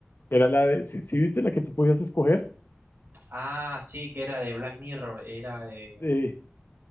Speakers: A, on the left; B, on the right.
A: Era la de, sí, sí viste la que tú podías escoger?
B: Ah, sí, que era de Black Mirror, era de...
A: Eh,